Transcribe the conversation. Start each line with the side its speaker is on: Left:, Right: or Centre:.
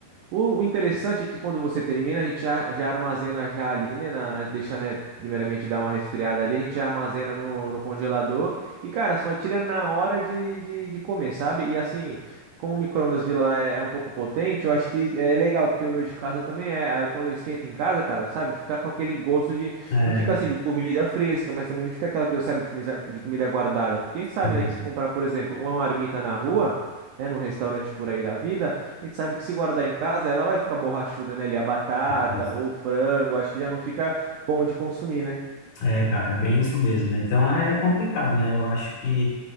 Right: O, o interessante é que quando você termina, a gente já, já armazena já ali, né? Na, na- deixa, né? Primeiramente dar uma resfriada ali, a gente armazena no, no congelador. E, cara, só tira na hora de, de, de comer, sabe? E assim, como o micro-ondas de lá é, é um pouco potente, eu acho que é legal, porque o meu de casa também é. Aí Quando eu esquento em casa, cara, sabe? Fica com aquele gosto de.
Left: É,
Right: Não fica assim de comida fresca, mas também não fica aquela coisa, sabe, de comida, de comida guardada. Porque a gente sabe,
Left: Uhum.
Right: né, que se comprar, por exemplo, uma marmita na rua, né? Num restaurante por aí da vida. A gente sabe que se guardar em casa, ela vai ficar borrachuda, né? Ali a batata
Left: Isso.
Right: ou o frango, acho que já não fica bom de consumir, né?
Left: É, é, cara, é bem isso mesmo, né? Então é é complicado, né? Eu acho que